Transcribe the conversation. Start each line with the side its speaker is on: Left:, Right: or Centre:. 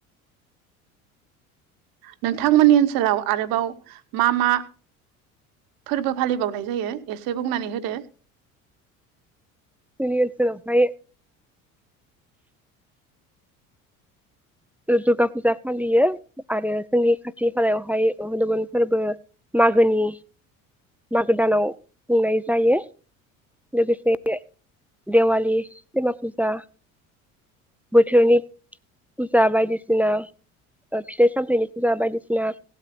Right: नोंथांमोननि ओनसोलाव आरोबाव मा मा फोरबो फालिबावनाय जायो एसे बुंनानै होदो
Centre: जोंनि ओनसोलावहाय दुर्गा फुजा फालियो आरो जोंनि खाथि खालायावहाय हनुमोन फोरबो मागोनि मागो दानाव खुंनाय जायो लोगोसे देवालि दिमा फुजा बोथोरनि फुजा बायदिसिना फिथाइ सामथायाइनि फुजा बायदिसिना